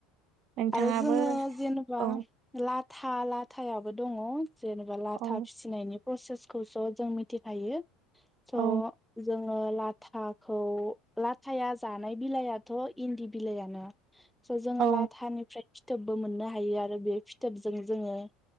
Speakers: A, on the right (about 60°); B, in the centre.
A: नोंथाङाबो
B: आरो जोङो जेनेबा
A: औ
B: ला था लाथायाबो दङ जेनेबा लाथा
A: औ
B: फिसिनायनि प्रसेसखौथ' जों मिथिखायो थ'
A: औ
B: जों ङो लाथाखौ लाथाया जानाय बिलाइयाथ' इन्दि बिलाइयानो। स' जोङो
A: औ
B: ला ओमफ्राय फिथोबबो मोननो हायो आरो बे फिथोबजों जोङो मा